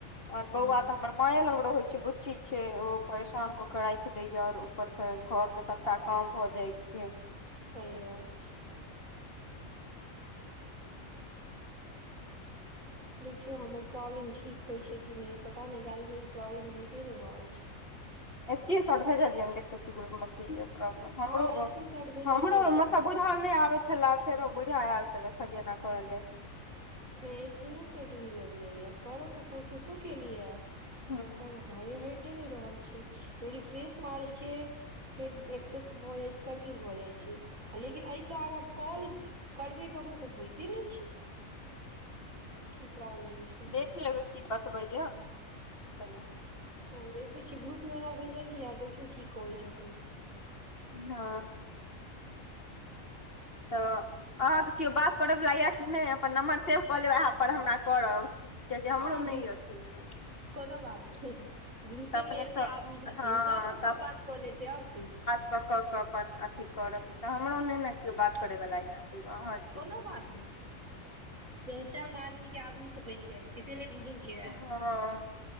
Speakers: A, on the left; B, on the right.
A: और
B: हँ
A: बौआ तऽ हमर माये लंग रहै छै बुच्ची छै ओ परेशान क के राख देैय या और ऊपर से घर क सबटा काम भऽ जाय छै
B: सही बात छै <inaudible> देखियो हमर प्रॉब्लम ठीक होय छै कि नैय पता नैय कैल से ई प्रॉब्लम हैटे नैय रहे छै
A: स्क्रीन शॉर्ट भेजलिये हम देखे छीयै की या प्रोब्लम हमरो
B: हँ
A: -हमरो
B: स्क्रीन शॉट भेजलियै या
A: मतलब बू बुझल नै आबेै छेला फेरो बुझाय आयल तऽ देखलियै एना करल जाय
B: नैय स्कृनोशोट भेजलियै या करऽ के कोशिशो केलियै
A: हूँ
B: पर हं हेैटे नै रहल छै रीफ्रेश मारेै छैय फेर एक्सेप्ट भऽ जाय छै सब किछ भऽ जाय छै लेकिन ऐय स आगा काॅल करबेै ककरो तऽ होयते नैय छै की प्रोब्लम छैय
A: देख लेबै की बतबैया कनि
B: ओ देखै छियै ग्रुप मे ओना भेजलियै या देखियौ की कहै छथिन
A: ह
B: <inaudible>
A: तऽ आहाँ के केयो बात करैयवला या कि नैय अपन नम्बर सेव कऽ लेब उएहपर हमरा करब कियकि हमरो
B: हँ हँ बिल्कुल
A: नै अथी यए
B: कोनो बात नैय ग्रुपे
A: अपनेसँ
B: मे एते आदमी छथिन
A: हँ
B: सब स सब बात कऽ लेते और की
A: क कऽ के अपन अथी करऽ तऽ हमरो नै ने कियो बात करै वाला याएगो आहाँ
B: कोनो बात नैय पहचान आदमी के आदमी स बैन जाय छै से नै बुझे यै
A: हँ